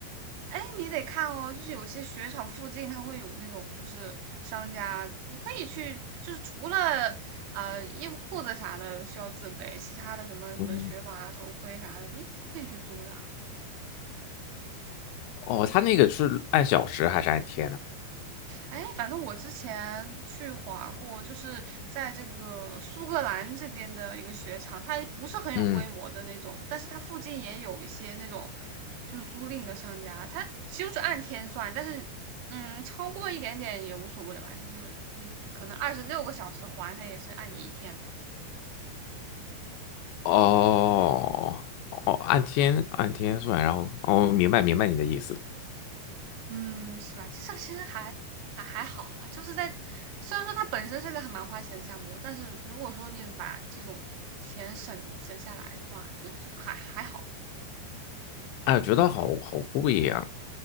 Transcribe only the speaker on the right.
哎，你得看哦，就是有些雪场附近它会有那种就是商家，你可以去，就是除了呃衣服裤子啥的需要自备，其他的什么什么雪板啊、
头盔啥的，你可以去租的啊。
哎，反正我之前去滑过，就是在这个苏格兰这边的一个雪场，它不是很有规模的那种，
但是它附近也有一些那种就是租赁的商家，它就是按天算，但是嗯，超过一点点也无所谓吧，就是你可能二十六个小时还，它也是按你一天嘛。
嗯，是吧？其实其实还还还好啦，就是在虽然说它本身是个还蛮花钱的项目，但是如果说你把这种钱省省下来的话，就是还还好。